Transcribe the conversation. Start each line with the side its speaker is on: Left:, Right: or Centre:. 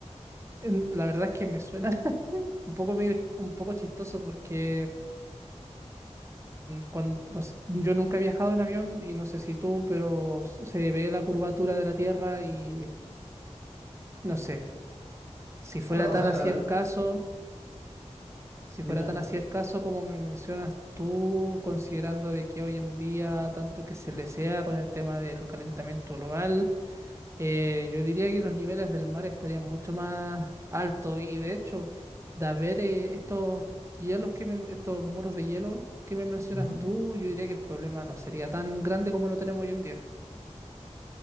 Right: En- La verdad es que me suena <laughs> un poco medio, un poco chistoso porque cuando, yo nunca he viajado en avión y no sé si tú, pero s- se ve la curvatura de la Tierra y no sé. Si fuera
Centre: Claro,
Right: tan
Centre: o sea,
Right: así el caso, si
Centre: si
Right: fuera
Centre: no-
Right: tan
Centre: n-
Right: así el caso como me mencionas tú, considerando de que hoy en día tanto que se desea con el tema del calentamiento global, eh, yo diría que los niveles del mar estarían mucho más altos y de hecho, de haber eh, estos hielos que me- estos muros de hielo que me mencionas
Centre: ujú,
Right: tú, yo diría que el problema no sería tan grande como lo tenemos hoy en día.